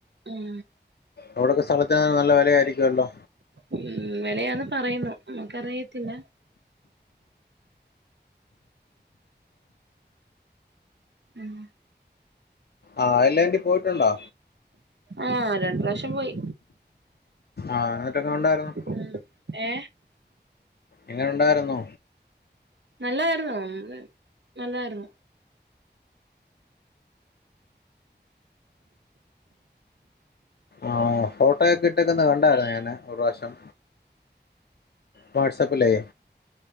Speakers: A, on the right (about 80°); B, on the left (about 65°).
A: ഉം
B: ഇവിടൊക്കെ സ്ഥലതിന് നല്ല വെ ലയാരികുവല്ലോ
A: ഉം വെലയാന്ന് പറയുന്നു നമുക്കറിയത്തില്ല ഉം
B: ആഹ അയ്ലണ്ടി പോയിട്ടുണ്ടൊ
A: ആഹ രണ്ട് പ്രാവശ്യം പോയി
B: ആഹ എന്നിട്ടൊക്കെണ്ടായിരുന്നു
A: ഉ ഏ
B: എങനെയുണ്ടാരുന്നു
A: നല്ലായിരുന്നു നല്ലായിരുന്നു
B: ആഹ് ഫോട്ടോയൊക്കെ ഇട്ടേക്കണ കണ്ടായിരുന്നു ഞാന് ഒരു പ്രാവശ്യം വാട്സാപ്പിലേ